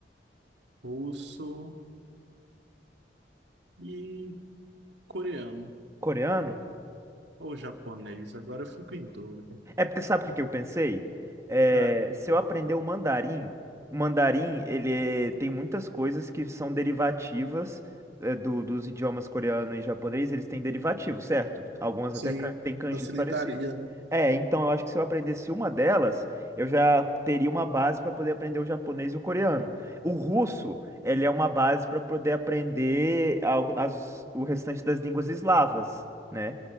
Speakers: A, on the right; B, on the right.
A: russo e coreano,
B: coreano?
A: ou japonês. Agora eu fico em dúvida.
B: É porque sabe o que que eu pensei? É,
A: Ah,
B: se eu aprender o mandarim, o mandarim ele é- tem muitas coisas que são derivativas é, do- dos idiomas coreano e japonês, eles têm derivativos, certo? Algumas
A: sim,
B: até ca- têm kanjis
A: facilitaria,
B: parecidos.
A: né?
B: É, então eu acho que se eu aprendesse uma delas, eu já teria uma base para poder aprender o japonês e o coreano. O russo, ele é uma base para poder aprender al- as- o restante das línguas eslavas, né?